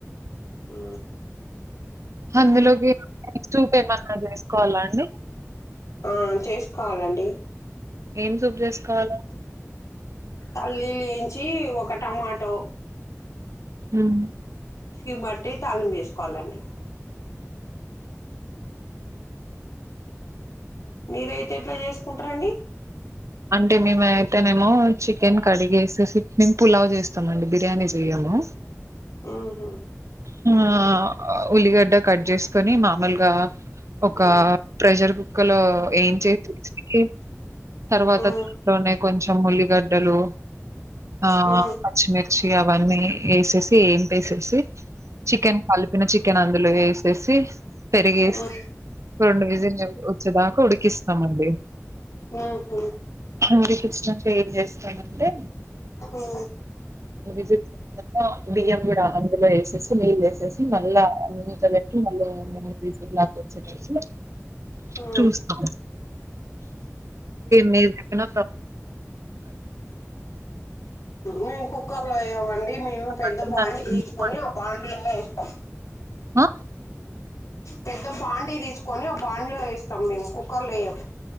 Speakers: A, on the left (about 70°); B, on the right (about 65°).
A: ఆ
B: అందులోకి చూపు ఏమన్నా చేసుకోవాలా అండి
A: ఆ చేసుకోవాలండి
B: ఏం సూప్ చేసుకోవాలండి
A: పల్లీలు వేయించి ఒక టమాటో
B: హాం
A: ఇబట్టి తళిం వేసుకోవాలండి మీరయితే ఎట్లా చేసుకుంటారండి
B: అంటే మేము అయితేనేమో చికెన్ కడిగ వేసి మేము పులావ్ చేస్తామండి బిర్యానీ చేయము
A: ఆహ
B: ఆ ఉల్లిగడ్డ కట్ చేసుకొని మామూలుగా ఒక
A: ఉ
B: ప్రెజర్ కుక్ క్కలో ఏం చే తుంచికే తర్వాత
A: ఉ
B: దాన్ని కొంచెం ఉల్లిగడ్డలు ఆ
A: ఉ ఉ
B: పచ్చిమిర్చి అవన్నీ వేసేసి ఏం చేసేసి చికెన్ ఫలిపిన చి చికెన్ అందులో వేసేసి పెరిగేసి
A: ఉ
B: రెండు విజిలు వచ్చేదాకా ఉడికిస్తామండి
A: ఉహు
B: ఉడికిస్తాం తెల్ చేస్తామంటే
A: ఉ
B: విజిల్ బియ్యం కూడా అందులో వేసి నీళ్ళ వేసేసి మళ్ళా మూత పెట్ట మల్ల ఫీసుల్లాగా వచ్చేటట్టు
A: ఉ
B: చూస్తాం మీరు ప్రక్కన
A: మేము కుక్కర్ లో వెయ్యమండి మేము
B: చేస్తామంటే
A: పెద్ద బాడి
B: దానికి
A: తీసుకొని ఆ బాడి లో అ ఏస్తాం
B: అ
A: పెద్ద బాండీ తీసుకొని ఆ బాండీలో వేస్తాం మేము కుక్కర్లో వేయం